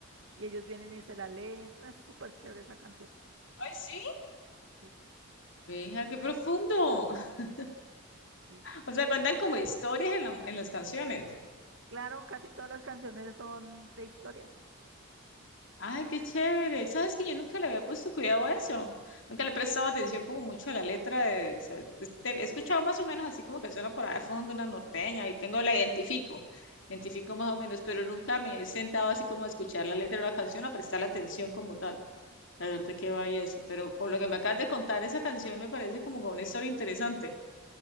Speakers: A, on the right (about 65°); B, on the left (about 60°).
A: y ellos vienen y se la leen. Es súper chévere esa canción.
B: Ay, sí.
A: Sí,
B: Venga, qué profundo. <laughs>
A: sí.
B: O sea, mandan como historias en, la- en las canciones.
A: Claro, casi todas las canciones son de historias.
B: Ay, qué chévere. Sabes que yo nunca le había puesto cuidado a eso. Nunca le he prestado atención como mucho a la letra de, o sea, es- te- he escuchado más o menos así como que suena por ahí de fondo una norteña y tengo la identifico, identifico más o menos, pero nunca me he sentado así como a escuchar la letra de una canción, a prestar atención como tal, a ver de qué va y eso. Pero con lo que me acabas de contar, esa canción me parece como que una historia interesante.